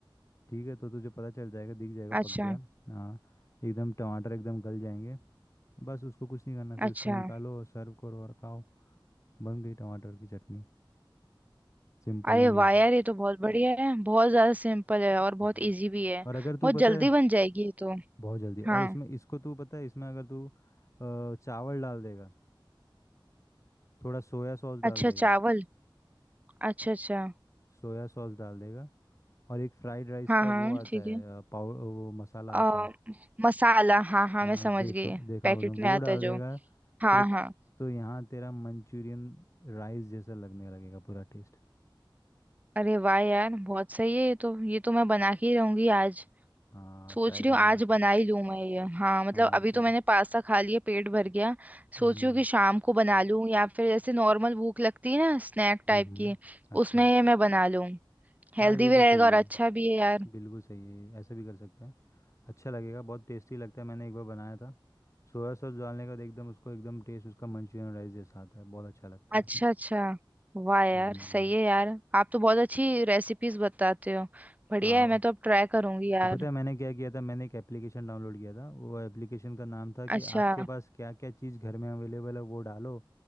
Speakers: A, on the left; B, on the right.
A: ठीक है तो तुझे पता चल जाएगा दिख जाएगा पक
B: अच्छा
A: गया है। हाँ एकदम टमाटर एकदम गल जाएंगे बस उसको कुछ नहीं करना फिर
B: अच्छा
A: उसको निकालो सर्व करो और खाओ बन गई टमाटर की चटनी Simple
B: अरे
A: and
B: वाह
A: easy
B: यार ये तो बहुत बढ़िया है बहुत ज्यादा सिंपल है और बहुत
A: हाँ
B: इजी भी है
A: और अगर तू
B: बहुत
A: पता
B: जल्दी
A: है
B: बन जाएगी ये तो
A: बहुत जल्दी और
B: हाँ
A: इसमें इसको तू पता है इसमें अगर तू अ, चावल डाल देगा थोड़ा सोया सॉस डाल
B: अच्छा
A: देगा
B: चावल अच्छा अच्छा
A: सोया सॉस डाल देगा और एक फ्राइड राइस
B: हाँ
A: का
B: हाँ
A: वो
B: हम्म।
A: आता
B: ठीक
A: है
B: है
A: अ, पाव वो मसाला
B: आ,
A: आता है
B: मसाला हाँ हाँ
A: हाँ
B: मैं समझ
A: देखा
B: गई
A: देखा
B: पैकेट
A: होगा तुमने,
B: में
A: वो
B: आता
A: डाल
B: है जो
A: देगा
B: हाँ
A: तो
B: हाँ
A: तो यहाँ तेरा मंचूरियन राइस जैसा लगने लगेगा पूरा टेस्ट
B: अरे वाह यार बहुत सही है ये तो ये तो मैं बना के ही रहूंगी आज
A: हाँ
B: सोच
A: ट्राई
B: रही
A: करना
B: हूँ आज बना ही लूँ मैं ये हाँ मतलब
A: और
B: अभी
A: क्या
B: तो मैंने पास्ता खा लिया पेट भर गया
A: हम्म
B: सोच रही हूँ कि शाम को बना लूँ या फिर ऐसे नॉर्मल भूख लगती है ना स्नैक
A: हम्म
B: टाइप की
A: अच्छा
B: उसमें ये मैं बना लूँ
A: हाँ
B: हेल्दी
A: ये भी
B: भी रहेगा
A: सही
B: और
A: है
B: अच्छा भी है यार
A: बिल्कुल सही है ऐसा भी कर सकता है अच्छा लगेगा बहुत टेस्टी लगता है मैंने एक बार बनाया था सोया सॉस डालने के बाद एकदम उसको एकदम टेस्ट उसका मंचूरियन राइस जैसा आता है बहुत अच्छा लगता
B: अच्छा
A: है
B: अच्छा वाह यार
A: हम्म
B: सही है यार आप तो बहुत अच्छी रेसिपीज बताते हो बढ़िया
A: हाँ
B: है मैं तो अब ट्राई करूंगी यार
A: वो पता है मैंने क्या किया था मैंने एक एप्लीकेशन डाउनलोड किया था वो एप्लीकेशन का नाम था कि
B: अच्छा
A: आपके पास क्या क्या चीज़ घर में अवेलेबल है वो डालो